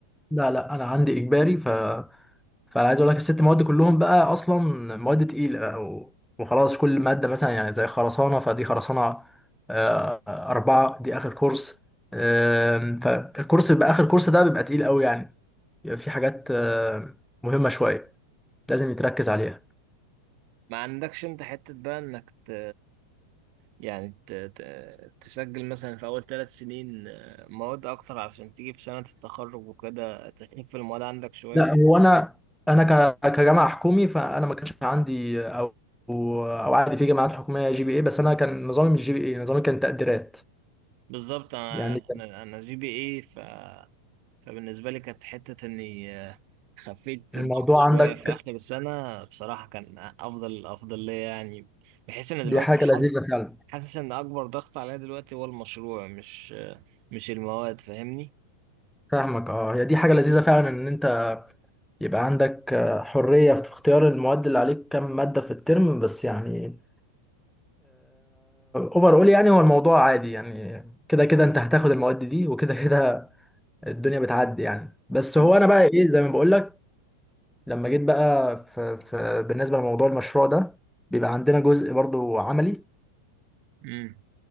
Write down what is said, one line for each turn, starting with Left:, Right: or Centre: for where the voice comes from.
Centre: لا لا أنا عندي إجباري فانا عايز اقول لك الست مواد كلهم بقى اصلا مواد تقيله بقى و- وخلاص كل ماده مثلا يعني زي خرسانه فدي خرسانه آه، أربعة دي آخر كورس آم، فالكورس بيبقى آخر كورس ده بيبقى تقيل قوي يعني بيبقى في حاجات آه، مهمة شوية لازم يتركز عليها
Right: ما عندكش انت حته بقى انك ت... يعني ت... ت... تسجل مثلا في اول ثلاث سنين آه، مواد اكتر عشان تيجي في سنه التخرج وكده تخف المواد عندك شويه
Centre: لا
Right: وكده.
Centre: هو أنا أنا ك- كجامعة حكومي فأنا ما كانش عندي أو أو عادي في جامعات حكومية جي بي إيه بس أنا كان نظامي مش جي بي إيه نظامي كان تقديرات
Right: بالظبط انا
Centre: يعني
Right: انا أنا جي بي اي ف فبالنسبة لي كانت حتة إني آه، خفيت
Centre: الموضوع
Right: الضغط شوية
Centre: عندك
Right: في آخر السنة بصراحة كان أفضل أفضل ليا يعني بحيث إن
Centre: دي
Right: دلوقتي
Centre: حاجة لذيذة
Right: حاسس
Centre: فعلا
Right: حاسس إن أكبر ضغط عليا دلوقتي هو المشروع مش آه، مش المواد فاهمني؟
Centre: فاهمك اه هي دي حاجة لذيذة فعلا ان انت يبقى عندك آه، حرية في اختيار المواد اللي عليك كم مادة في الترم بس يعني اوفر اول يعني هو الموضوع عادي يعني كده كده انت هتاخد المواد دي وكده كده الدنيا بتعدي يعني بس
Right: طب-
Centre: هو انا بقى ايه زي ما بقول لك لما جيت بقى في, في بالنسبة لموضوع المشروع ده بيبقى عندنا جزء برضو عملي
Right: مم.